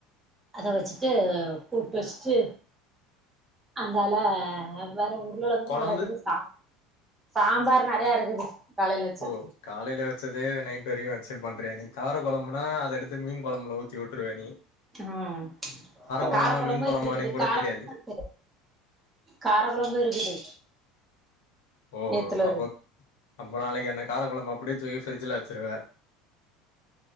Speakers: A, on the right (about 20°); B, on the left (about 80°).
A: அத வச்சுட்டு கூட்டு வச்ட்டு அந்தால வேற உருழங்கும்
B: கொழம்பு
A: கெடக்குது சாப் சாம்பார் நெறைய இருக்குது காலைல வச்சது
B: ஓ காலயில வச்சதே நைட் வரைக்கும் வச்சு பண்றிய நீ கார குழம்புனா அத எடுத்து மீன் கொழம்புல ஊதியூட்டருவ நீ
A: ம்
B: கொழம்பா
A: கார கொழம்பு
B: மீன் கொழம்பானே
A: இருக்குது
B: கூட
A: கார
B: தெரியாது
A: இருக்கு கார கொழம்பு இருக்குது
B: ஒஒ
A: நேத்துள்ளது
B: அப்போ அப்ப நாளைக்கு அந்த கார கொழம்ப அப்டியே தூக்கி ஃபிரிட்ஜ்ல வச்சிருவ